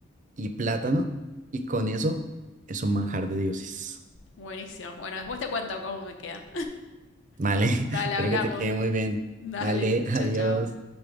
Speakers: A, on the right; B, on the left.
A: y plátano, y con eso es un manjar de dioses.
B: Buenísimo. Bueno, después te cuento cómo me queda.
A: Vale,
B: <laughs>
A: <laughs>
B: Dale,
A: espero
B: hablamos.
A: que te quede muy bien.
B: Dale,
A: Vale, <laughs>
B: chao,
A: adiós.
B: chao.